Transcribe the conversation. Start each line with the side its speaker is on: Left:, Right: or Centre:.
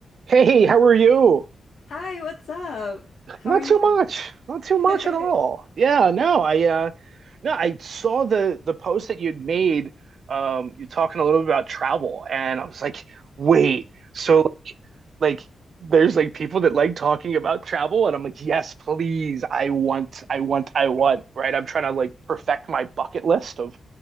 Right: Hey, how are you?
Left: Hi, what's up? How
Right: Not
Left: are you?
Right: too much. Not too
Left: <laughs>
Right: much at all. Yeah, no, I uh no, I saw the the post that you'd made um you talking a little bit about travel and I was like, wait. so like there's like people that like talking about travel and I'm like, yes, please. I want, I want, I want, right? I'm trying to like perfect my bucket list of